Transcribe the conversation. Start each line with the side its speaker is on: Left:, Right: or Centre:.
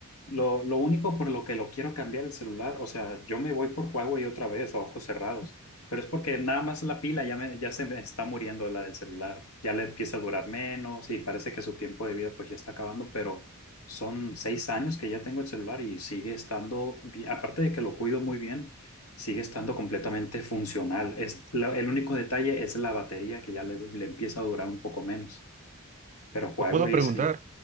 Left: Lo, lo único por lo que lo quiero cambiar el celular, o sea, yo me voy por Huawei otra vez a ojos cerrados, pero es porque nada más la pila ya, me, ya se me está muriendo la del celular, ya le empieza a durar menos y parece que su tiempo de vida pues ya está acabando, pero son seis años que ya tengo el celular y sigue estando, bien- aparte de que lo cuido muy bien, sigue estando completamente funcional. Es, la- el único detalle es la batería que ya le, du- le empieza a durar un poco menos, pero Huawei
Right: Te puedo preguntar,
Left: sí,